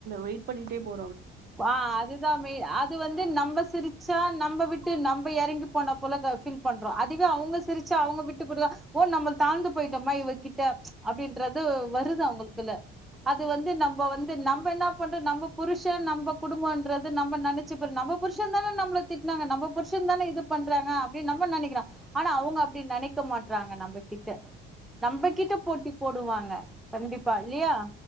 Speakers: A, on the right; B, in the centre.
A: வெயிட் பண்ணிட்டே போ
B: ஆஹ் அதுதான் மெயின் அது வந்து நம்ம சிரிச்சா நம்ம விட் நம்ம விட்டு இறங்கி போன போல பீல் பண்றோம் அதுவே அவங்க சிரிச்சு அவங்க விட்டு போடுவ ஓ நம்ம தாழ்ந்து போயிட்டோம்மா இவகிட்ட அப்படின்றது வருது அவங்களுக்குல அது வந்து நம்ம வந்து நம்ம என்ன பண்றோம் நம்ம புருஷன் நம் நம்ம குடும்பம்ன்றது நம்ம நெனச்சு நம்ம புருஷன் தானே நம்மள திட்டினாங்க நம்ம புருஷன் தானே இது பண்றாங்க அப்படின்னு நம்ம நெனைக்கிறம் ஆனா அவங்க அப்படி நெனைக்க மாட்டறாங்க நம்ம கிட்ட நம்ப கிட்ட போட்டி போடுவாங்க கண்டிப்பா இல்லியா